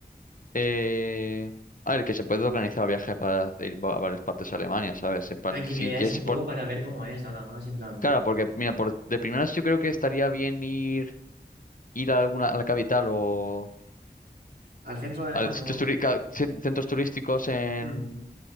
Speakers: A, on the left; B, on the right.
A: Eh, a ver, que se puede organizar el viaje para ir va- a varias partes de Alemania, ¿sabes? En plan,
B: Tranquimidad
A: si quieres
B: es un poco para ver cómo es, nada más, en plan,
A: Claro, porque mira, por, de primeras yo creo que estaría bien ir, ir a alguna, a la capital o
B: al centro de Alemania,
A: a sitios
B: wow.
A: turi- ca- cen- centros turísticos en,
B: Mm,